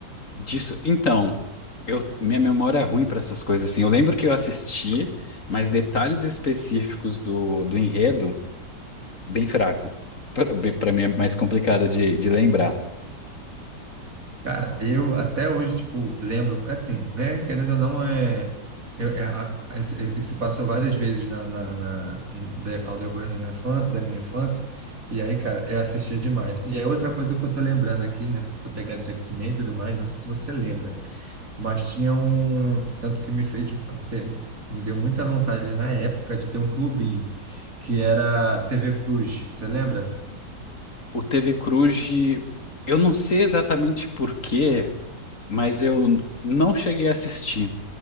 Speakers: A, on the left; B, on the right.
A: Disso. Então, eu, minha memória é ruim pra essas coisas, assim. Eu lembro que eu assisti, mas detalhes específicos do, do enredo. Bem fraco. Para mim é mais complicado de, de lembrar.
B: Cara, eu até hoje, tipo, lembro, assim, né, querendo ou não, é, eu, é a- esse- isso passou várias vezes na, na, na- de- ao decorrer da minha, fã, da minha infância, e aí, cara, eu assistia demais. E aí, outra coisa que eu tô lembrando aqui, nessa pegada de X-Men e tudo mais, não sei se você lembra, mas tinha um, tanto que me fez ter, me deu muita vontade na época de ter um clubinho, que era TV Cruz, você lembra?
A: O TV Cruz, eu não sei exatamente por quê, mas eu não cheguei a assistir